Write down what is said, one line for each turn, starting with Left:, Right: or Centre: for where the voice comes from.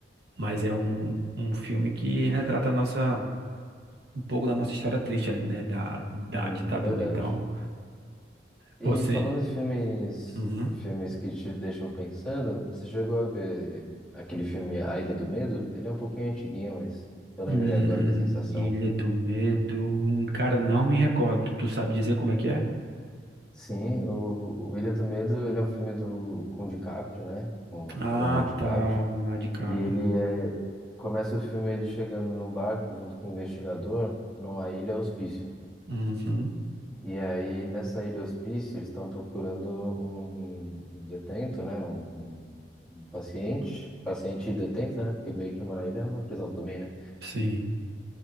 Right: mas é um, um filme que retrata a nossa, um pouco da nossa história triste ali, né, da, da
Centre: Sim,
Right: ditadura.
Centre: é verdade.
Right: Então,
Centre: E
Right: você...
Centre: falando em filmes,
Right: Uhum.
Centre: filmes que te deixam pensando, você chegou a ver aquele filme A Ilha do Medo? Ele é um pouquinho antiguinho, mas eu lembrei
Right: Hum,
Centre: agora da sensação.
Right: Ilha do Medo, cara, não me recordo, tu, tu sabe dizer como é que é?
Centre: Sim, o, o Ilha do Medo, ele é um filme do com o DiCaprio, né? Com
Right: Ah,
Centre: o Leonardo DiCaprio.
Right: tá, Leonardo DiCaprio.
Centre: E ele é, começa o filme ele chegando num barco junto com um investigador numa ilha hospício.
Right: Uhum.
Centre: E aí, nessa ilha hospício, eles estão procurando um um detento, né? Um, um- um paciente, paciente e detento, né? Porque meio que uma ilha é uma prisão também, né?
Right: Sim.